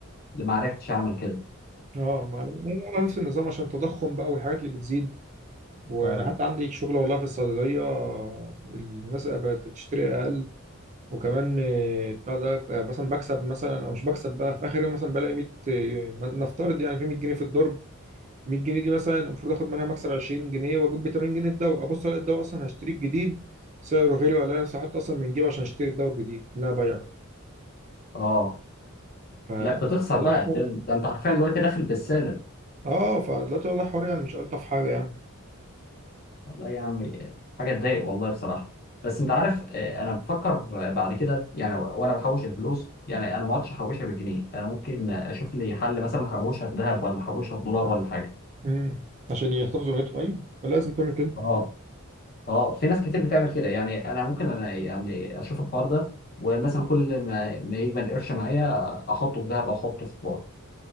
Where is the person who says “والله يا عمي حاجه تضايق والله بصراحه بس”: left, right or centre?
Left